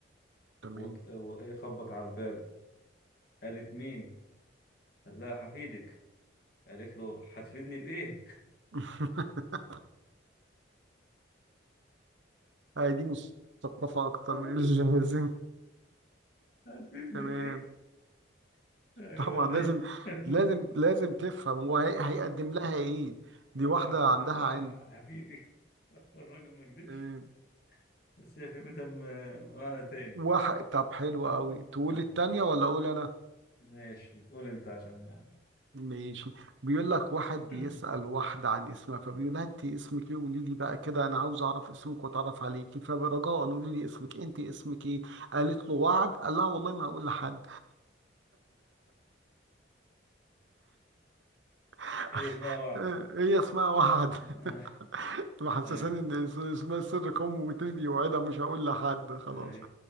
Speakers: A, on the right (about 75°); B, on the left (about 50°).
A: تمام
B: وط- وإيه خبط على الباب قالت مين لا هفيدك قالت له هتفيدني بإيه؟
A: <laughs> هاي دي مثقفة اكتر
B: <laughs>
A: من اللازم
B: هتفيدني
A: تمام
B: بإيه؟ <laughs> يقول
A: طبعا لازم
B: لها قال
A: لازم لازم تفهم هو هي- هيقدم لها ايه دي
B: لها
A: واحدة عندها
B: قال لها
A: علم
B: <laughs> هفيدك الراجل ما كدبش
A: تمام
B: بس هي فهمتها م- معنى تاني
A: واحد طب حلو قوي
B: آه،
A: تقول
B: طيب
A: التانية ولا اقول انا
B: ماشي قول انت عشان ما
A: ماشي بيقول لك واحد
B: <laughs>
A: بيسأل واحدة عن اسمها فبيقول لها انت اسمك ايه قولي لي بقى كده انا عاوز اعرف اسمك واتعرف عليكي فرجاء قولي لي اسمك انت اسمك ايه قالت له وعد قال لها والله ما اقول لحد <laughs>
B: هي اسمها وعد
A: هي اسمها وعد
B: <laughs>
A: <laughs>
B: آه،
A: محسساني
B: اي
A: ان اس- اسمها سر قومي وتاني بيوعدها مش هقول لحد خلاص
B: اي